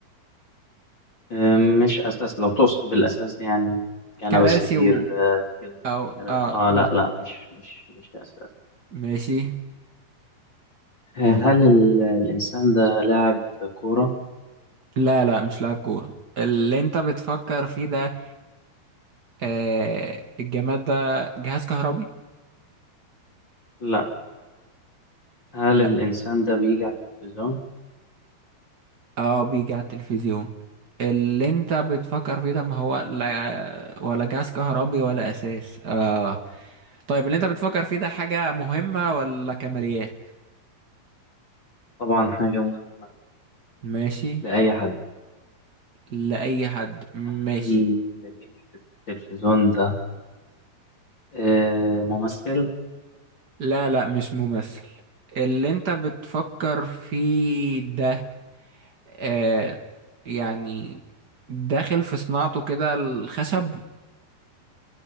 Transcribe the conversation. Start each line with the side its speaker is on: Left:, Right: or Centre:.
Left: آه مش أساس لو تقصد بالأساس يعني كنبة
Right: كراسي
Left: سرير
Right: و...
Left: آه كده
Right: او
Left: كراسي.
Right: اه
Left: آه
Right: م...
Left: لا لا مش مش مش أساس
Right: ماشي
Left: آه هل ال- الإنسان ده لاعب كورة؟
Right: لا لا مش لاعب كورة اللي انت بتفكر فيه ده آه الجماد ده جهاز كهربي
Left: لا هل
Right: لا
Left: الإنسان ده بيجي على التلفزيون؟
Right: اه بيجي على التلفزيون اللي انت بتفكر فيه ده ما هو لا ولا جهاز كهربي ولا اساس اه طيب اللي انت بتفكر فيه ده حاجة مهمة ولا كماليات
Left: طبعا حاجة مهمة
Right: ماشي
Left: لأي حد
Right: لأي حد ماشي
Left: هل اللي بيجي في التلفزيون ده آه ممثل؟
Right: لا لا مش ممثل اللي انت بتفكر فيه ده آه يعني داخل في صناعته كده الخشب